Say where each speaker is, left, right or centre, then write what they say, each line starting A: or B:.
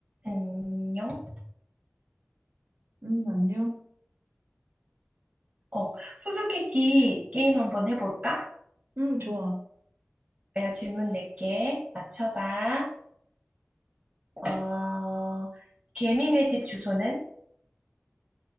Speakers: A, on the right (about 25°); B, on the right (about 80°).
A: 안녕.
B: 음, 안녕.
A: 어, 수수께끼 게임 한번 해볼까?
B: 음, 좋아.
A: 내가 질문 낼게. 맞춰봐. 어, 개미네 집 주소는?